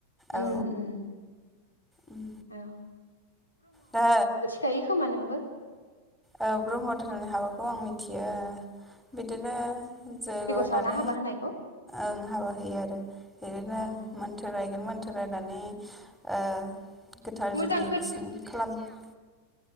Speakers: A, on the left; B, in the centre.
A: उम
B: औ
A: उम
B: उम
A: औ
B: दा
A: जायोखोमा नोंबो
B: औ ब्रह्म धोरोमनि हाबाखौ आं मिथियो बिदिनो जैग होनानै
A: सावना हाबा होनायखौ
B: ओं हाबा होयो आरो बिदिनो
A: उम
B: मोनथोर रायगोन मोन थरायनानै ओ गोथार
A: मोजां
B: जुलि बिसोर खालामो